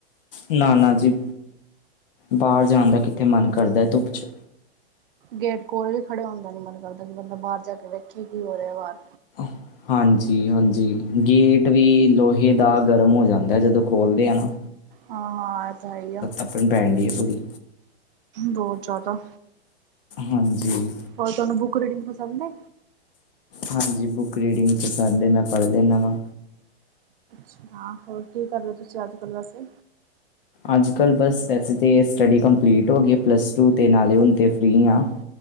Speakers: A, on the left; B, on the right.
A: ਨਾ-ਨਾ ਜੀ ਬਾਹਰ ਜਾਣ ਦਾ ਕਿੱਥੇ ਮਨ ਕਰਦਾ ਹੈ ਧੁੱਪ ਚ,
B: ਗੇਟ ਕੋਲ ਵੀ ਖੜੇ ਹੁੰਦਾ ਨੀ ਮਨ ਕਰਦਾ ਕਿ ਬੰਦਾ ਬਾਹਰ ਜਾ ਕੇ ਵੇਖੇ ਕਿ ਉਹਦੇ ਬਾਰ
A: ਆਹ <unintelligible> ਹਾਂਜੀ-ਹਾਂਜੀ, ਗੇਟ ਵੀ ਲੋਹੇ ਦਾ ਗਰਮ ਹੋ ਜਾਂਦਾ ਜਦੋਂ ਖੋਲਦੇ ਆ ਨਾ।
B: ਹਾਂ-ਹਾਂ। ਤਾਂ ਹੈ ਹੀ ਆ
A: ਆਪਣੀ ਪੈਣ ਡੀ ਹੈ ਥੋੜੀ <unintelligible>
B: ਬਹੁਤ ਜਾਦਾ।
A: ਹਾਂਜੀ
B: ਹੋਰ ਤੁਆਨੂੰ ਬੁੱਕ ਰੀਡਿੰਗ ਪਸੰਦ ਐ?
A: ਹਾਂਜੀ, ਬੁੱਕ ਰੀਡਿੰਗ ਪਸੰਦ ਐ ਮੈਂ ਪੜ੍ਹ ਲੈਣਾ ਵਾ।
B: ਛ ਹਾਂ, ਹੋਰ ਕੀ ਕਰ ਰਏ ਓ ਤੁਸੀਂ ਅੱਜ ਕੱਲ ਵੈਸੇ?
A: ਅੱਜ-ਕੱਲ੍ਹ ਬਸ ਵੈਸੇ ਤੇ ਸਟੱਡੀ ਕੰਪਲੀਟ ਹੋ ਗੀ ਏ, ਪਲੱਸ ਟੂ ਤੇ ਨਾਲੇ ਹੁਣ ਤੇ ਫ੍ਰੀ ਆ।